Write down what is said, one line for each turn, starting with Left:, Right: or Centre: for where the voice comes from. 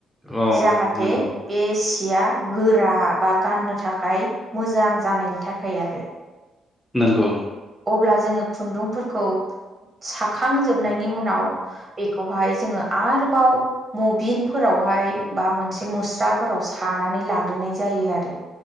Centre: अ
Right: जाहाथे
Centre: नंगौ
Right: बे सिया गोर गोरा बा गाननो थाखाय मोजां जानायनि थाखाय आरो
Centre: नंगौ
Right: अब्ला जोङो खुन्दुंफोरखौ साखांजोबनायनि उनाव बेखौहाय जोङो आरोबाव मबिनफोरावहाय बा मोनसे मुस्राफोराव सानानै लाग्रोनाय जायो आरो